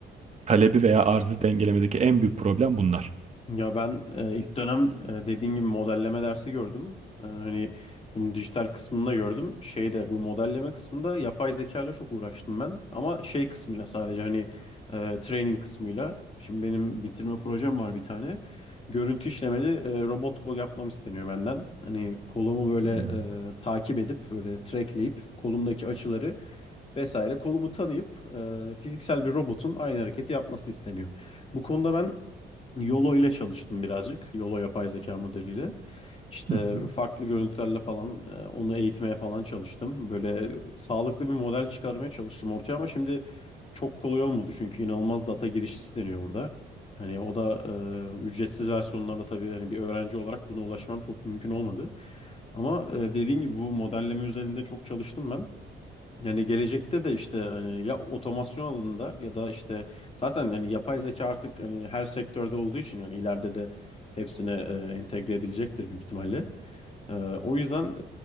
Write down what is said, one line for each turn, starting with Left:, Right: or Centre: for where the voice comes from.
Right: talebi veya arzı dengelemedeki en büyük problem bunlar.
Left: Ya ben e, ilk dönem e, dediğin gibi modelleme dersi gördüm. E, hani bunun dijital kısmında gördüm. Şeyde bu modelleme kısmında yapay zeka ile çok uğraştım ben. Ama şey kısmıyla sadece hani e, training kısmıyla. Şimdi benim bitirme projem var bir tane. Görüntü işlemeli e, robot kol yapmam isteniyor benden. Hani kolumu böyle
Right: Hmm.
Left: e, takip edip böyle trackleyip kolumdaki açıları vesaire kolumu tanıyıp e, fiziksel bir robotun aynı hareketi yapması isteniyor. Bu konuda ben Yolo ile çalıştım birazcık. Yolo yapay zeka modeliyle. İşte
Right: Hı hı.
Left: farklı görüntülerle falan e, onu eğitmeye falan çalıştım. Böyle sağlıklı bir model çıkarmaya çalıştım ortaya ama şimdi çok kolay olmadı çünkü inanılmaz data girişi isteniyor burada. Hani o da e, ücretsiz versiyonlarla tabii hani bir öğrenci olarak buna ulaşmam çok mümkün olmadı. Ama e, dediğin gibi bu modelleme üzerinde çok çalıştım ben. Yani gelecekte de işte hani ya otomasyon alanında ya da işte zaten yani yapay zeka artık hani her sektörde olduğu için yani ileride de hepsine e, entegre edilecektir büyük ihtimalle. E, o yüzden